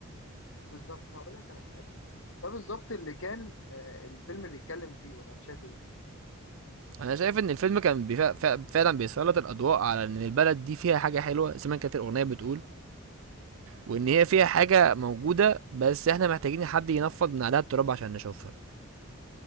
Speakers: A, on the left; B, on the right.
A: بالظبط هقول لك على حاجة ده بالظبط اللي كان آه، الفيلم بيتكلم فيه ولا انت شايف ايه
B: انا شايف ان الفيلم كان بيفا... فا- فعلا بيسلط الاضواء على ان البلد دي فيها حاجه حلوه زي ما كانت الاغنيه بتقول وان هي فيها حاجه موجوده بس احنا محتاجين حد ينفض من عليها التراب عشان نشوفها